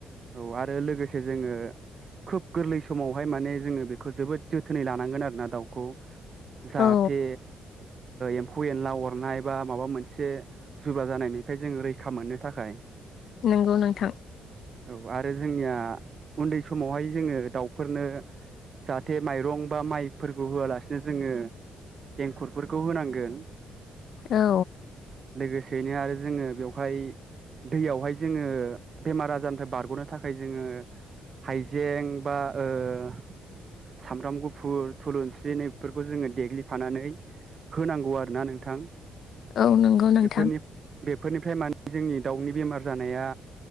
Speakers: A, on the right; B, on the left.
A: औ आरो लोगोसे जोङो खोब गोरलै समावहाय माने जोङो बेखौ जोबोद जोथोनै लानांगोन आरोना दाउखौ जाहाथे
B: औ
A: एम्फौ एनला अरनाय बा माबा मोनसे जुब्रा जानायनिफ्राय जोङो रैखा मोननो थाखाय
B: नंगौ नोंथां।
A: औ आरो जोंनिया उन्दै समावहाय जोङो दाउफोरनो जाहाथे माइरं बा माइफोरखौ होआलासिनो जोङो एंखुरफोरखौ होनांगोन
B: औ
A: लोगोसेयैनो आरो जोङो बेवहाय दैयावहाय जोङो बेमार आजारनिफ्राय बारग'नो थाखाय जोङो हाइजें बा ओ सामब्राम गुफुर थुलुंसिफोरखौ जोङो देग्लिफानानै होनांगौ आरोना नोंथां।
B: औ नंगौ नोंथां।
A: बेफोरनि बेफोरनिफ्राय माने जोंनि दाउनि बेमार जानाया